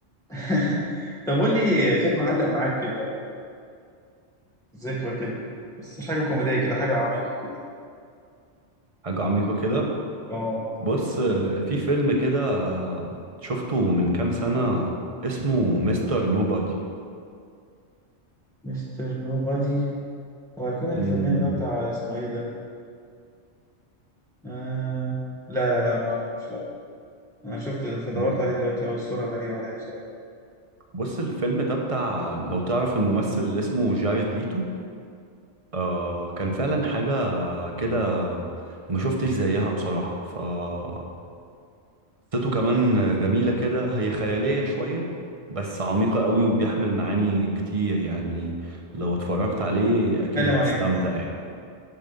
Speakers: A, in the centre; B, on the right (about 30°).
A: <laughs> طب قول لي فيلم علق معاك كده ذكرى كده بس مش حاجه كوميديه كده حاجه عميقه كده
B: حاجة عميقة كده
A: اه
B: بص آه، في فيلم كده آه، شفته من كام سنة اسمه مستر نوبادي
A: مستر نوبادي هو هيكون اللي
B: مم.
A: في دماغي ده بتاع اسمه ايه ده آه... لا لا لا ما اعرفوش انا شفت دورت
B: ب-
A: عليه دلوقتي هو الصورة غريبة عليا بصراحة
B: بص الفيلم ده بتاع لو تعرف الممثل اللي اسمه جاريد ليتو آه كان فعلا حاجة كده ما شفتش زيها بصراحة فقصته كمان جميلة كده هي خيالية شوية بس عميقة قوي وبيحمل معاني كتير يعني لو اتفرجت عليه
A: بيتكلم
B: أكيد هتستمتع
A: عن ايه
B: يعني